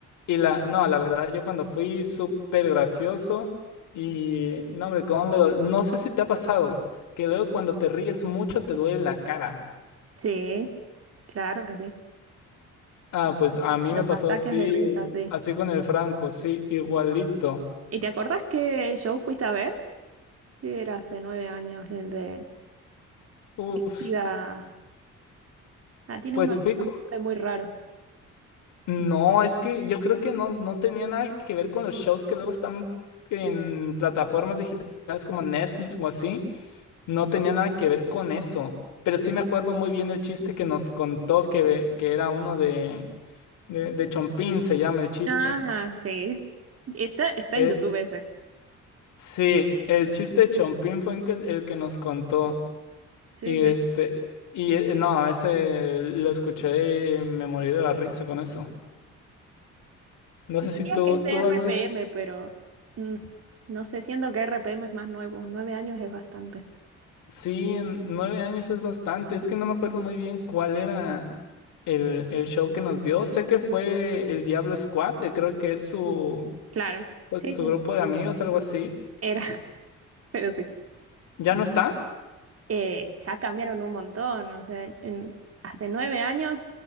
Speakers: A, on the left; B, on the right.
A: y la, no, la verdad, yo cuando fui súper gracioso y, no, hombre, cómo me dol- No sé si te ha pasado que luego cuando te ríes mucho te duele la cara.
B: Sí, claro que sí.
A: Ah, pues a mí
B: Los
A: me pasó
B: ataques
A: así,
B: de risa, sí.
A: así con el Franco, sí, igualito.
B: ¿Y te acordás qué show fuiste a ver? Sí, era hace nueve años, el de
A: Uf,
B: Piga. Ah, tiene
A: pues
B: uno así
A: fui,
B: con
A: co-
B: nombre muy raro.
A: No, es que yo creo que no, no tenía nada que ver con los shows que luego están en plataformas digitales como Netflix o así. No tenía nada que ver con eso. Pero sí me acuerdo muy bien el chiste que nos contó que, que era uno de, de, de Chompín, se llama el chiste.
B: Ah, sí. Está, está
A: Es,
B: en YouTube ese.
A: sí, el chiste de Chompín fue el que, el que nos contó.
B: Sí,
A: Y
B: sí.
A: este, y eh, no, ese lo escuché y me morí de la risa con eso. No
B: Te
A: sé
B: diría
A: si tú,
B: que es de
A: tú
B: RPM,
A: has visto.
B: pero mm, no sé, siento que RPM es más nuevo. Nueve años es bastante.
A: Sí, en nueve años es bastante. Es que no me acuerdo muy bien cuál era el, el show que nos dio. Sé que fue el Diablo Squad, que creo que es su,
B: Claro.
A: pues,
B: Sí,
A: su
B: sí.
A: grupo de amigos, algo así.
B: Era, <laughs> pero sí.
A: ¿Ya no está?
B: eh, ya cambiaron un montón. O sea, en, en- hace nueve años